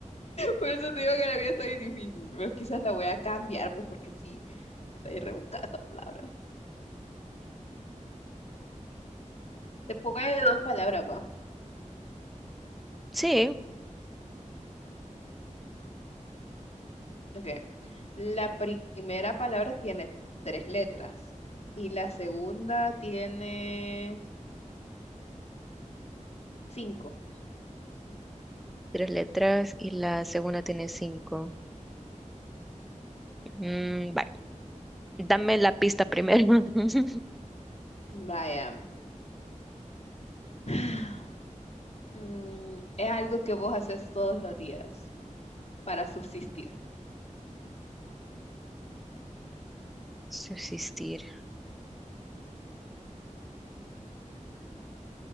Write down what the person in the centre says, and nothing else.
Sí,
tres letras y la segunda tiene cinco. Mm, vale. Dame la pista primero. <laughs>
Subsistir.